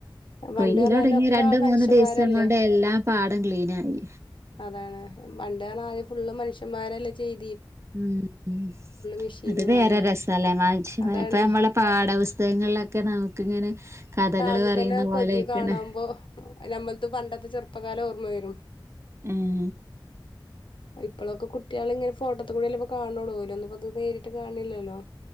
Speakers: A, on the left; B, on the right.
A: പണ്ട്
B: കൊയ്യല്
A: പറഞ്ഞാല്
B: തൊടങ്ങി
A: ഒക്കെ
B: രണ്ട്
A: മനുഷ്യന്മാരല്ലേ
B: മൂന്ന് ദിവസം കൊണ്ട് എല്ലാം പാടം ക്ലീനായി
A: അതാണ് പണ്ട് <unintelligible> ഫുള്ള് മനുഷ്യന്മാരല്ലേ ചെയ്
B: ഉം ഉം
A: മെഷീനു
B: അത് വേറെ
A: ആയി
B: രസാലെ മാന്ഷമാര്
A: അതാണ്
B: ഇപ്പൊ ഞമ്മളെ പാഠപു തകങ്ങളൊക്കെ നമുക്കിങ്ങനെ കഥകള്
A: കാണുമ്പത്തന്നെ
B: പറയുന്ന
A: കൊതി
B: പോലെയിക്കണ്.
A: കാണമ്പോ ഞമ്മൽത്ത്‌ പണ്ടത്തെ ചെറുപ്പകാലം ഓർമ്മ വേരും
B: ഉം
A: ഇപ്പളൊക്കെ കുട്ടികള് ഇങ്ങ ഫോട്ടോത്ത് കൂടി അല്ലേ ഇപ്പൊ കാണുന്നുള്ളൂ ഓലൊന്നും ഇപ്പോ ഇത് നേരിട്ട് കാൺണില്ലോ